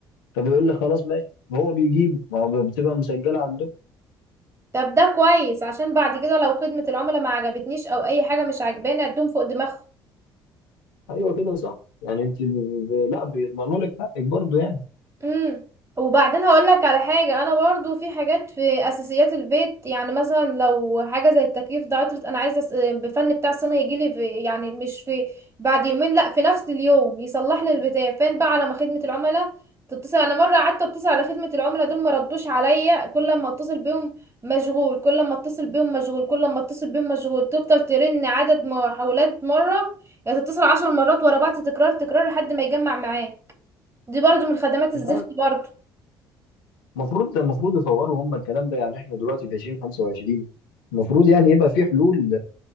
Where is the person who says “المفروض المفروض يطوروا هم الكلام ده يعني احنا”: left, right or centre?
Left